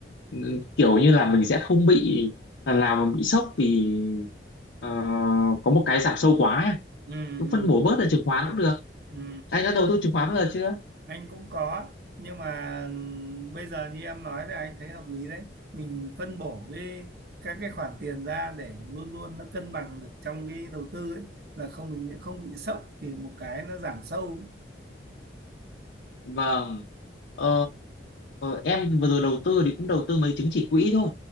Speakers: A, on the left; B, on the right.
A: ừm, kiểu như là mình sẽ không bị lần nào mà bị sốc vì ờ, có một cái giảm sâu quá ấy.
B: Ừ.
A: cứ
B: Ừ.
A: phân bổ bớt ra chứng khoán cũng được
B: ừ.
A: anh đã đầu tư chứng khoán bao giờ chưa
B: anh cũng có nhưng mà ừm, bây giờ như em nói thì anh thấy hợp lý đấy mình phân bổ cái các cái khoản tiền ra để luôn luôn nó cân bằng được trong cái đầu tư ấy là không mình không bị sốc thì một cái nó giảm sâu
A: Vâng. Ờ, em vừa rồi đầu tư thì cũng đầu tư mấy chứng chỉ quỹ thôi,